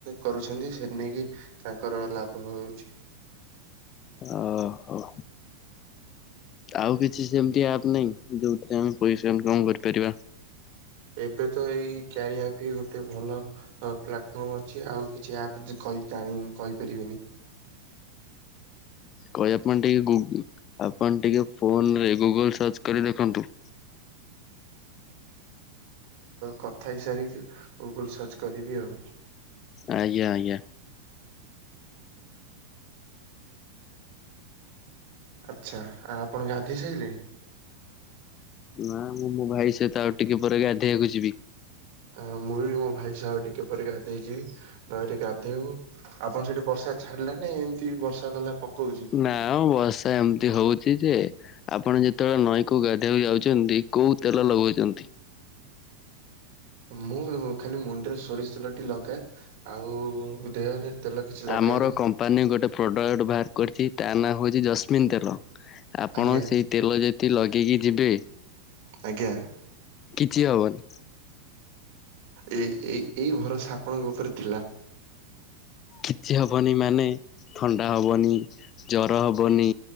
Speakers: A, on the right; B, on the left.
A: କରୁଛନ୍ତି ସେଥି ନେଇକି ତାଙ୍କର ଲାଭ ହଉଛି
B: ଓ ହୋ ଆଉ କିଛି ସେମତି ଆପ୍ ନାଇଁ ଯୋଉଥିରେ ଆମେ ପଇସା ଇନକମ୍ କରିପାରିବା
A: ଏବେ ତ ଏଇ କାରିଆ ଆପ୍ ହିଁ ଗୋଟେ ଭଲ ପ୍ଲାଟଫର୍ମ ଅଛି ଆଉ କିଛି ଆପ୍ କହି ଜାଣିନି କହିପାରିବିନି
B: କହି ଆପଣ ଟିକେ ଗୁ ଆପଣ ଟିକେ ଫୋନ୍ ରେ ଗୁଗଲ ସର୍ଚ୍ଚ କରି ଦେଖନ୍ତୁ।
A: କଥା ହେଇସାରିକି ଗୁଗୁଲ ସର୍ଚ୍ଚ କରିବି ଆଉ
B: ଆଜ୍ଞା ଆଜ୍ଞା।
A: ଆଚ୍ଛା ଆ ଆପଣ ଗାଧୋଇ ସାଇଲେଣି।
B: ନା ମୁଁ ମୋ ଭାଇ ସହିତ ଆଉ ଟିକେ ପରେ ଗାଧୋଇବାକୁ ଯିବି।
A: ଆ ମୁଁ ବି ମୋ ଭାଇ ସହ ଆଉ ଟିକେ ପରେ ଗାଧେଇଯିବି ନଈରେ ଗାଧେଇବୁ। ଆପଣ ସେଠି ବର୍ଷା ଛାଡିଲା ନା ଏମତି ବର୍ଷା ଗଲା ପକଉଛି।
B: ନା ବ ବର୍ଷା ଏମିତି ହଉଛି ଯେ। ଆପଣ ଯେତେବେଳେ ନଈକୁ ଗାଧୋଇବାକୁ ଯାଉଛନ୍ତି କୋଉ ତେଲ ଲଗଉଛନ୍ତି।
A: ମୁଁ ଖାଲି ମୁଣ୍ଡ ରେ ସୋରିଷ ତେଲ ଟିକେ ଲଗାଏ ଆଉ ଦେହରେ ତେଲ କିଛି ଲଗାଏନି
B: ଆମର କମ୍ପାନୀ ଗୋଟେ ପ୍ରଡ଼କ୍ଟ୍ ବାହାର କରିଛି ତା ନାଁ ହେଉଛି ଜସ୍ମିିନ୍ ତେଲ। ଆପଣ
A: ଆଜ୍ଞା
B: ସେଇ ତେଲ ଯଦି ଲଗେଇକି ଯିବେ।
A: ଆଜ୍ଞା।
B: କିଛି ହବନି।
A: ଏ ଏ ଏଇ ଭରସା ଆପଣଙ୍କ ଉପରେ ଥିଲା।
B: କିଛି ହବନି ମାନେ ଥଣ୍ଡା ହବନି। ଜର ହବନି